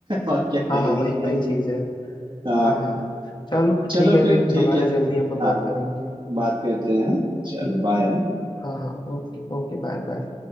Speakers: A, on the right; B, on the left.
A: और क्या कहेंगे
B: हाँ हाँ वही वही
A: है ना
B: चीज़ है
A: हाँ
B: हाँ हाँ चलो
A: चलो
B: ठीक है
A: फिर
B: फिर
A: ठीक
B: दोबारा
A: है
B: जल्दी हम लोग बात
A: हाँ
B: करेंगे
A: बात करते हैं हाँ चलो
B: ठीक है
A: बाय
B: हाँ हाँ ओके ओके बाय बाय